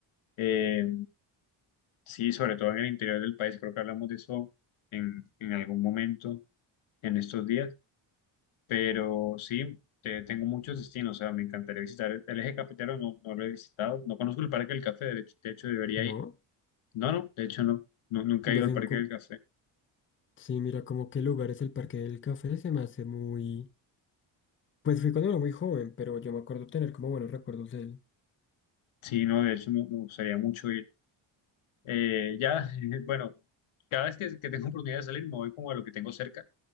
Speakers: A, on the left; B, on the left.
A: Eh, sí, sobre todo en el interior del país. Creo que hablamos de eso en, en algún momento en estos días. Pero sí, te- tengo muchos destinos. O sea, me encantaría visitar el eje cafetero. No, no lo he visitado. No conozco el Parque del Café. De hecho, de hecho, debería
B: ¿no?
A: ir. No, no, de hecho, no. No, nunca he
B: Yo
A: ido
B: fui,
A: al Parque
B: un co-
A: del Café.
B: sí, mira, como qué lugar es el Parque del Café, se me hace muy... Pues fui cuando era muy joven, pero yo me acuerdo tener como buenos recuerdos de él.
A: Sí, no, de hecho me, me gustaría mucho ir. Eh, ya, <laughs> bueno, cada vez que, que tengo oportunidad de salir me voy como a lo que tengo cerca.